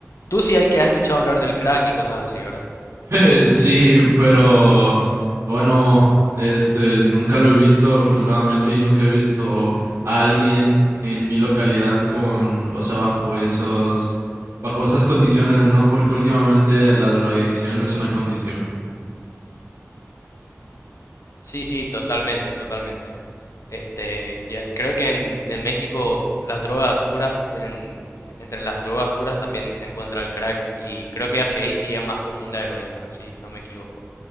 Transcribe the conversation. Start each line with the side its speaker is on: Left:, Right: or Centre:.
Left: tú sí hay que has escuchado hablar del crack y cosas así, ¿verdad?
Right: <laughs> Sí, pero bueno, este, nunca lo he visto afortunadamente y nunca he visto a alguien en mi localidad con, o sea, bajo esos, bajo esas condiciones, ¿no? Porque últimamente la drogadicción es una condición.
Left: Sí, sí, totalmente, totalmente. Este, ya- creo que en, en México las drogas duras, en- entre las drogas duras también se encuentra el crack y creo que hacia ahí sí es más común la heroína, si no me equivoco.